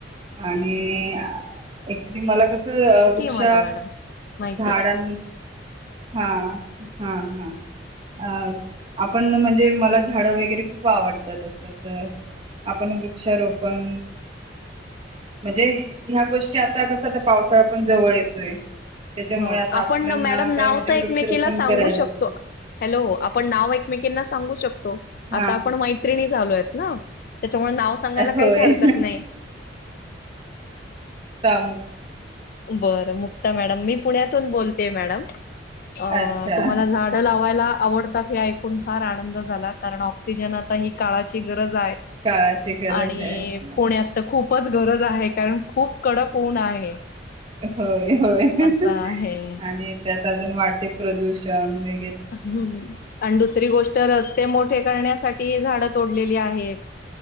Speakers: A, on the right; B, on the left.
A: आणि ऍक्च्युली मला कसं वृक्ष
B: ती मला मॅडम माहितीय
A: झाडां हा हा हा. अ आपण म्हणजे मला झाडं वगैरे खूप आवडतात असं तर आपण वृक्ष रोपण म्हणजे ह्या गोष्टी आता कस आ पावसाळा पण जवळ येतोय. त्याच्यामुळे
B: ह
A: आता
B: आपण
A: आपल्याना
B: मॅडम नाव
A: काय म्हणजे
B: तर
A: वृक्षरोपण
B: एकमेकीला सांगू
A: करायला
B: शकतो.
A: पाहिजे
B: हॅलो आपण नाव एकमेकांना सांगू शकतो
A: हा
B: आता आपण मैत्रिणी झालो आहेत ना त्याच्यामुळे नाव सांगायला
A: होय
B: काहीच हरकत नाही
A: हमुग
B: बरं मुक्ता मॅडम मी पुण्यातून बोलतेय मॅडम अ
A: अच्छा
B: तुम्हाला झाडं लावायला आवडतात हे ऐकून फार आनंद झाला कारण ऑक्सिजन आता ही काळाची गरज
A: काळाची गरज
B: आणि
A: आहे मला
B: पुण्यात तर खूप खूपच गरज आहे कारण खूप कडक होऊन आहे
A: होय होय
B: असं आहे.
A: आणि त्यात अजून वाढते प्रदूषण व
B: हम्म आणि दुसरी गोष्ट रस्ते मोठे करण्यासाठी ते झाडं तोडलेली आहेत